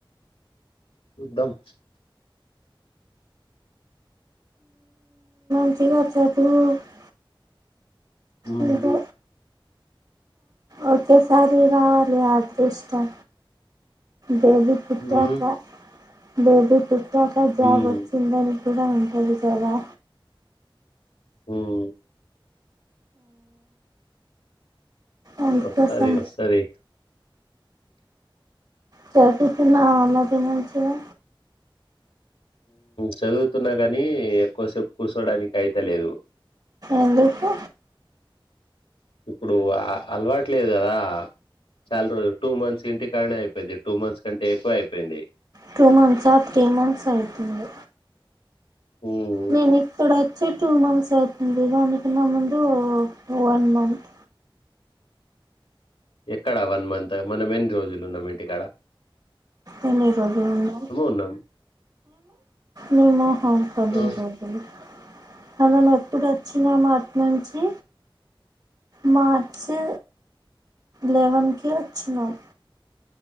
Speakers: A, on the left; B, on the right.
A: చూదాం
B: <unintelligible>
A: హ్మ్
B: ఇంకా ఒకేసారి రావాలి అదృష్టం బేబీ పుట్టాక
A: హ్మ్
B: బేబీ పుట్టాక జాబ్
A: హ్మ్
B: వచ్చిందని కూడా ఉంటది కదా
A: హుమ్
B: అందుకోసం
A: వస్తది వస్తది
B: చేసిస్తున్న ఆమది మంచిగా
A: చదువుతున్నా కాని ఎక్కువసేపు కూర్చోడానికి అయిత లేదు
B: ఎందుకు
A: ఇప్పుడు అలవాటు లేదు కదా చాలా రోజులు టూ మంత్స్ ఇంటి కానే అయిపోయింది టూ మంత్స్ కంటే ఎక్కువ అయిపోయింది
B: టూ మంత్సా త్రీ మంత్స్ అయితుంది
A: ఉమ్
B: నేన్ ఇక్కడ ఓచ్చి టూ మంత్స్ అవ్తుంది దాని కన్నా ముందు వన్ మంత్
A: ఎక్కడా వన్ మంత్ మనం ఎన్ రోజులు ఉన్నాం ఇంటి కాడ
B: ఎన్ని రోజులు ఉన్నాం
A: ఉన్నాం
B: నిన్నే <unintelligible> పది
A: ఆ
B: రోజ్లు మనం ఎప్పుడు ఓచ్చినాం అట్నుంచి మార్చి లెవెన్కి ఓచ్చినాం